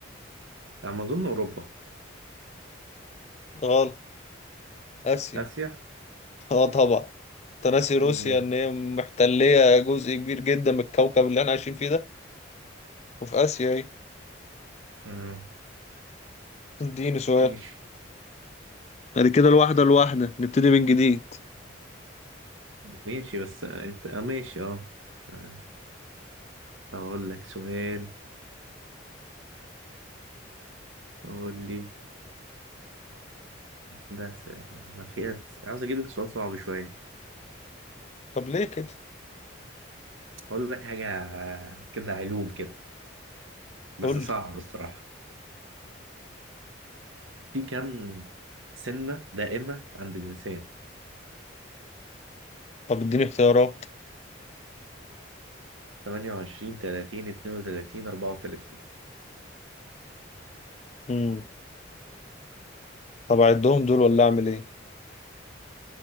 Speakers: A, on the right; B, on the left.
A: على ما أظن أوروبا
B: غلط اسيا
A: آسيا
B: <laughs> اه طبعا تناسي روسيا
A: مم.
B: ان هي محتلية جزء كبير جدا من الكوكب اللي احنا عايشين فيه ده وفي اسيا ايه
A: مم.
B: اديني سؤال
A: ماشي
B: بعد كده الواحدة الواحدة نبتدي من جديد
A: ماشي بس أنت أه ماشي أه آه. هقول لك سؤال قول لي ده س- ما في أس- عاوز أجيب لك سؤال صعب شوية
B: طب ليه كده
A: أقول لك حاجة كده علوم كده بس
B: قول
A: صعب
B: لي
A: الصراحة في كم سنة دائمة عند الإنسان
B: طب اديني اختيارات
A: 28 30 32 34
B: امم طب اعدهم دول ولا اعمل ايه